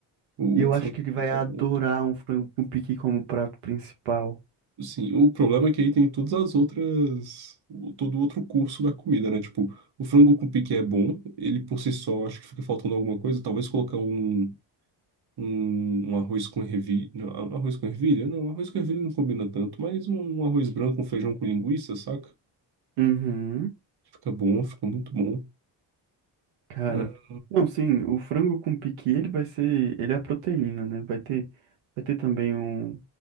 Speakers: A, on the right; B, on the right.
A: O
B: E eu
A: Franco
B: acho que ele vai
A: Pique
B: adorar
A: é bom.
B: um frango com piqui como prato principal.
A: Sim, o problema é que aí tem todas as outras. o- Todo o outro curso da comida, né? Tipo, o frango com pique é bom, ele por si só, acho que fica faltando alguma coisa. Talvez colocar um, um, um arroz com ervilha. Não, a- arroz com ervilha? Não, arroz com ervilha não combina tanto, mas um, um arroz branco, um feijão com linguiça, saca?
B: Uhum,
A: Fica bom, fica muito bom.
B: cara.
A: Ah,
B: Não, sim, o frango com piqui, ele vai ser, ele é a proteína, né? Vai ter, vai ter também um,